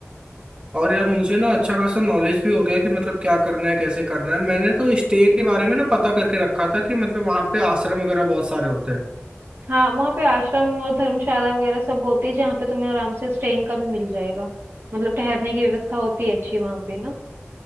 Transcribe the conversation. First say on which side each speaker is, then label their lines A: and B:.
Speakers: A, on the right; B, on the right.
A: और यार मुझे ना अच्छा खासा नॉलेज भी हो गया कि मतलब क्या करना है कैसे करना है मैंने तो स्टे के बारे में ना पता करके रखा था कि मतलब वहाँ पे आश्रम वगैरह बहुत सारे होते हैं
B: हाँ वहाँ पे आश्रम और धर्मशाला वगैरह सब होती है जहाँ पे तुम्हें आराम से स्टेइंग का भी मिल जाएगा मतलब ठहरने की व्यवस्था होती है अच्छी वहाँ पे ना